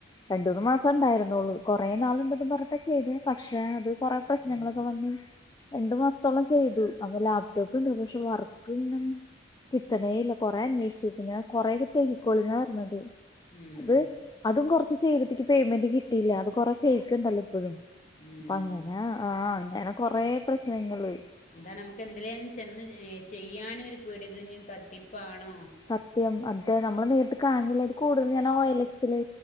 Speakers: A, on the left; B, on the left.
A: രണ്ടൂമുന്ന് മാസം ഉണ്ടായിരുന്നുള്ളൂ. കുറേ നാള് ഉണ്ടെന്ന് പറഞ്ഞട്ട ചെയ്ത് പക്ഷെ പക്ഷെ അത് കൊറേ പ്രശ്നങ്ങളൊക്കെ
B: ഉം
A: വന്ന് രണ്ടു മാസത്തോളം ചെയ്തു അപ്പൊ ലാപ്ടോപ്പ് ഇണ്ട് പക്ഷെ വർക്ക് ഇങ്ങനെ കിട്ടണേല്ല കൊറേ അന്വേഷിച്ചോക്കി ഞാൻ കൊറേ ടെലി കോളി ണത്
B: ഉം
A: അത് അതും കുറ ചെയ്തിട്ട് പേയ്മെന്റ് കിട്ടീല്ല അത് കൊറേ ഫേക്ക് ഉണ്ടല്ലോ ഇപ്പഴും
B: ഉം
A: അപ്പ അങ്ങനെ ആ അങ്ങനെ കൊറേ പ്രശ്നങ്ങള്
B: അതാ നമുക്ക് എന്തിലേലും ചെന്ന് ചെയ്യാനും ഒരു പേടി ഇത് ഞ്ഞി തട്ടിപ്പാണോ
A: സത്യം അത് നമ്മള് നേരിട്ട് കാണുന്നില്ല ഇത് കൂടുതൽ ഞാൻ ഓയലക്സില്